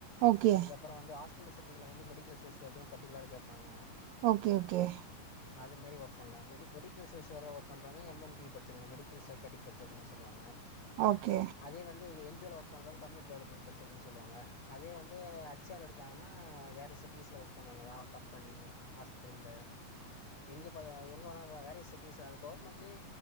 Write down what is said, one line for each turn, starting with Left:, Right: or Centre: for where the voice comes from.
Right: ஓகே
Left: அதுக்கப் அப்ற வந்து ஹாஸ்பெடல் சிட்டிங் ல வந்து மெடிக்கல் செஸ் ஒர்குனு பர்டிகுலரா கேப்பாங்க
Right: ஓகே ஓகே
Left: அதுமாரி ஒர்க் பண்லா மெடி மெடிக்கல் சோர்ஸ்ல ஒர்க் பண்றங்க எம் என் பி படிச்சிருக்கனு மெடி கில் சைக்காட்டிக் படிச்சிருக்கனு சொல்லுவாங்க
Right: ஓகே
Left: அதே வந்து என்ஜிஓல ஒர்க் பண்றங்க கம்யூனிட்டி டெவலப்மண்ட் படிச்சிருக்குனு சொல்லுவாங்க அதே வந்து ச்சர் எடுத்தாங்கன்னா வேற செட்டிங்ஸ்ல ஒர்க் பண்ணுவாங்க எதா கம்பனி ஹாஸ்பிட்டலு எங்க பாத் எங்க வேணாலு வேறைய செட்டிங்ஸ் அது கவர்மெண்ட்லயு